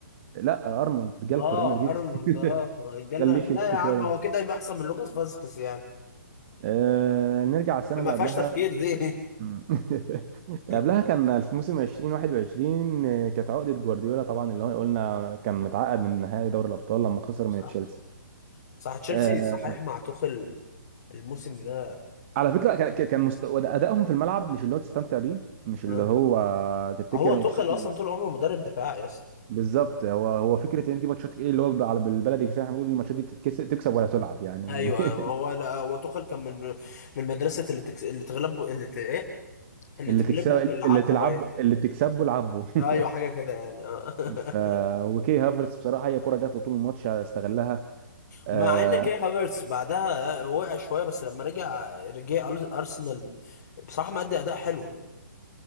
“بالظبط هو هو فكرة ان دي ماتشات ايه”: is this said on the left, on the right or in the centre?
Right